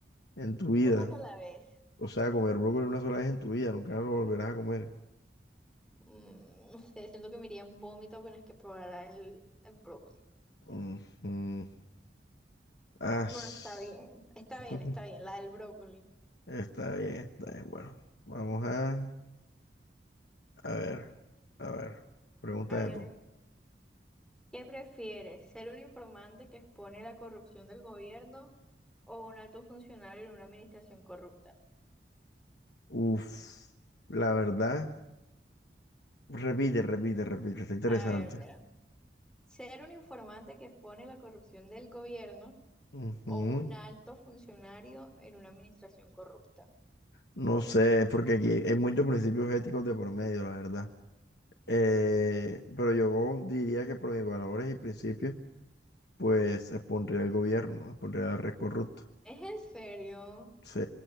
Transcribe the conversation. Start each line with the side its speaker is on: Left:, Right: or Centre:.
Left: en tu vida.
Centre: Es una sola vez.
Left: O sea, comer brócoli una sola vez en tu vida, nunca lo volverás a comer.
Centre: Mm, no sé, siento que me iría en vómito apenas que probara el, el brócoli.
Left: Ujú. As-
Centre: Bueno, está bien. Está
Left: <laughs>
Centre: bien, está bien, la del brócoli.
Left: Está bien, está bien. Bueno, vamos a, a ver, a ver, pregúntame
Centre: A ver.
Left: tú.
Centre: ¿Qué prefieres? ¿Ser un informante que expone la corrupción del gobierno o un alto funcionario en una administración corrupta?
Left: Uf, la verdad, repite, repite, repite, está interesante.
Centre: A ver, mira. ¿Ser un informante que expone la corrupción del gobierno
Left: Ujú.
Centre: o un alto funcionario en una administración corrupta?
Left: No sé, porque aquí hay muchos principios éticos de por medio, la verdad. Eh, pero yo diría que por mis valores y principios, pues expondría al gobierno, expondría al rey corrupto.
Centre: ¿Es en serio?
Left: Sí,